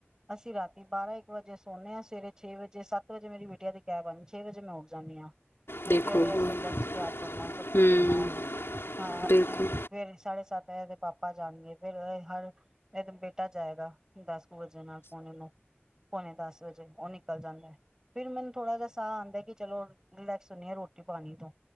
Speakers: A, on the right; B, on the left.
A: ਅਸੀਂ ਰਾਤੀ ਬਾਰਾਂ-ਇੱਕ ਵਜੇ ਸੋਨੇ ਆ ਸਵੇਰੇ ਛੇ ਵਜੇ ਸੱਤ ਵਜੇ ਮੇਰੀ ਬਿਟਿਆ ਦੀ ਕੈਬ ਆਂਦੀ ਛੇ ਵਜੇ ਮੈਂ ਉੱਠ ਜਾਂਨੀ ਆ।
B: ਦੇਖੋ
A: ਉੱਠ ਕੇ ਉਹਦੇ
B: ਹੁਣ-
A: ਵਾਸਤੇ ਲੰਚ ਤਿਆਰ ਕਰਨਾ ਸਭ ਕੁਛ
B: ਹੂੰ
A: ਦੇਣਾ ਉਹਨੂੰ, ਹਾਂ
B: ਬਿਲਕੁਲ
A: ਐਂਵੇ ਫੇਰ ਸਾਢੇ ਸੱਤ ਪਾਪਾ ਜਾਣਗੇ। ਫਿਰ ਹਰ ਫਿਰ ਬੇਟਾ ਜਾਏਗਾ ਦਸ ਕੁ ਵਜੇ ਨਾਲ, ਪੌਣੇ ਨੂੰ ਪੌਣੇ ਦਸ ਵਜੇ ਉਹ ਨਿਕਲ ਜਾਂਦਾ। ਫਿਰ ਮੈਨੂੰ ਥੋੜਾ ਜਾ ਸਾਹ ਆਂਦਾ ਕਿ ਚਲੋ ਰਿਲੈਕਸ ਹੁੰਨੀ ਆ ਰੋਟੀ ਪਾਣੀ ਤੋਂ।